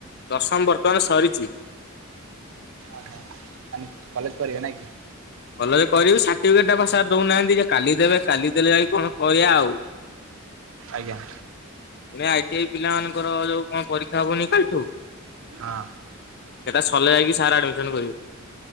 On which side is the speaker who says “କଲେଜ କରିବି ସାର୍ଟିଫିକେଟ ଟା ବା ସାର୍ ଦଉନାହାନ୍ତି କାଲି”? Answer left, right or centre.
Left